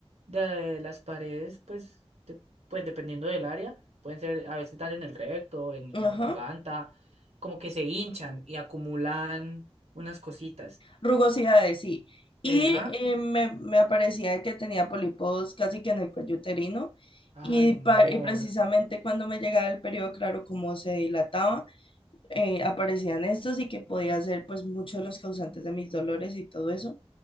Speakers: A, on the right; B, on the left.
A: de las paredes, pues, de- pues dependiendo del área, pueden ser, a veces están en el recto, en
B: ajá,
A: la garganta, como que se hinchan y acumulan unas cositas.
B: rugosidades, sí. Y
A: Ajá.
B: eh, me, me aparecía que tenía pólipos casi que en el cuello uterino.
A: Ay,
B: Y,
A: amor.
B: pa- y precisamente cuando me llegaba el periodo, claro, como se dilataba, eh, aparecían estos y que podía ser pues muchos de los causantes de mis dolores y todo eso.